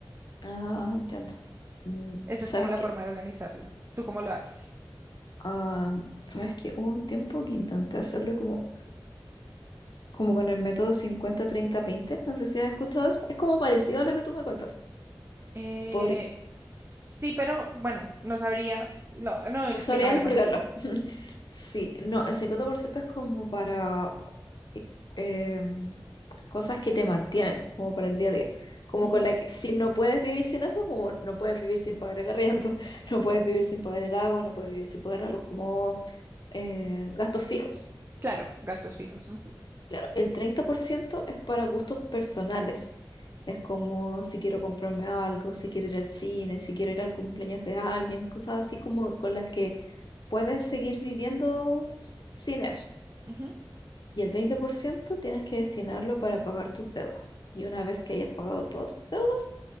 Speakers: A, on the left (about 65°); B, on the right (about 30°).
A: Ah, entiendo. Mm,
B: Esa
A: ¿Sabes
B: es como la
A: qué?
B: forma de organizarlo. ¿Tú cómo lo haces?
A: Ah, ¿sabes que Hubo un tiempo que intenté hacerlo como, como con el método 50-30-20. No sé si has escuchado eso. Es como parecido a lo que tú me cuentas.
B: Eh,
A: Por...
B: sí, pero bueno, no sabría. No, no,
A: No
B: explícamelo
A: sabría explicarlo.
B: mejor.
A: <laughs> Sí, no, el 50% es como para eh, em, cosas que te mantienen, como para el día a día. Como
B: Ujú.
A: con la que si no puedes vivir sin eso, como no puedes vivir sin pagar el arriendo, <laughs> no puedes vivir sin pagar el agua, no puedes vivir sin pagar la luz, como eh, gastos fijos.
B: Claro, gastos fijos. Ujú,
A: Claro, el 30% es para gustos personales. Es como si quiero comprarme algo, si quiero ir al cine, si quiero ir al cumpleaños de alguien, cosas así como con las que puedes seguir viviendo s- sin eso.
B: ujú,
A: Y el 20% tienes que destinarlo para pagar tus deudas. Y una vez que hayas pagado todas tus deudas,